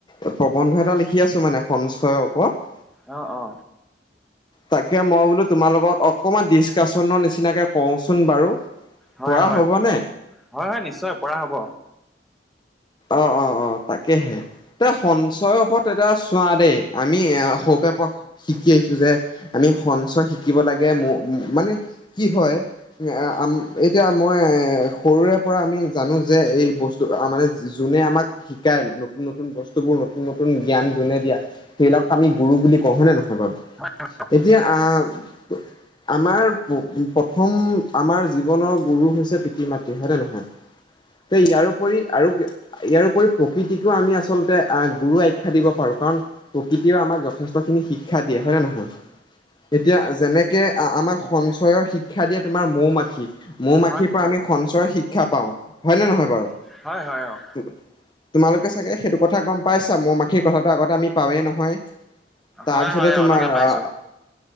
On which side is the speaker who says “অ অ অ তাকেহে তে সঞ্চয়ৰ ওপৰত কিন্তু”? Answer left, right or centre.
Left